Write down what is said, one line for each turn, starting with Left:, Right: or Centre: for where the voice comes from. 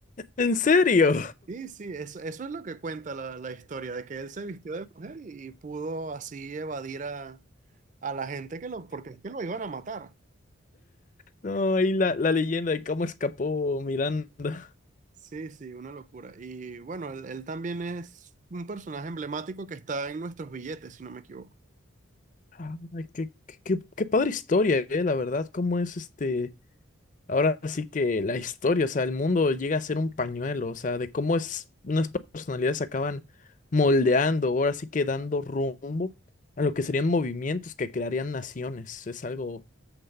Left: ¿En serio?
Right: sí sí, eso, eso es lo que cuenta la, la historia, de que él se vistió de mujer y, y pudo así evadir a, a la gente que lo, porque es que lo iban a matar.
Left: No, y la, la leyenda de cómo escapó Miranda.
Right: Sí, sí, una locura. Y bueno, él, él también es un personaje emblemático que está en nuestros billetes, si no me equivoco.
Left: Ay, qué, qué, qué- qué padre historia, eh, la verdad, cómo es este. Ahora sí que la historia, o sea, el mundo llega a ser un pañuelo, o sea, de cómo es unas personalidades acaban moldeando, ahora sí que dando rumbo a lo que serían movimientos que crearían naciones. Es algo